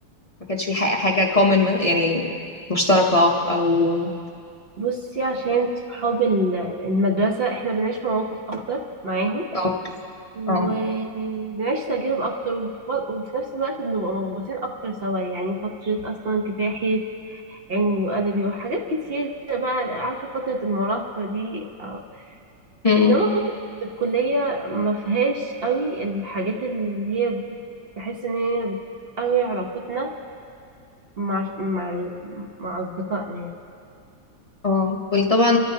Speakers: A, on the left; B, on the right.
A: ما كانش في حاجة حاجة common يعني مشتركة أو
B: بصي عشان صحاب ال- المدرسة احنا بنعيش مواقف أكتر معاهم
A: اه
B: وبنعيش
A: اه
B: تجارب أكتر وف- وفي نفس الوقت بنبقى مضغوطين أكتر سوا يعني فترة أصلا كفاحية علمي وأدبي وحاجات كتير بقى عارفة فترة المراهقة دي آه.
A: مم.
B: إنما فترة الكلية ما فيهاش قوي الحاجات اللي هي بحس إن هي بتقوي علاقتنا مع مع مع أصدقائنا يعني.
A: اه وطبعا